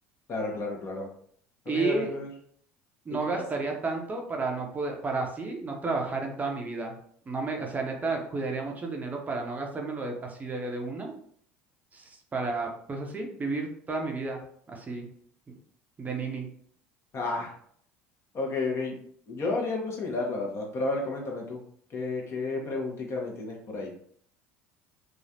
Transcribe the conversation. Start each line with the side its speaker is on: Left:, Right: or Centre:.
Left: Claro, claro, claro. Ok,
Right: Y
Left: dale entonces.
Right: no
Left: ¿Y qué
Right: gastaría
Left: más?
Right: tanto para no poder, para así no trabajar en toda mi vida. No me, o sea, neta, cuidaría mucho el dinero para no gastármelo de- así de de una s- para, pues así, vivir toda mi vida así de nini.
Left: Ah. Ok, ok. Yo haría algo similar, la verdad. Pero a ver, coméntame tú. ¿Qué, qué preguntica me tienes por ahí?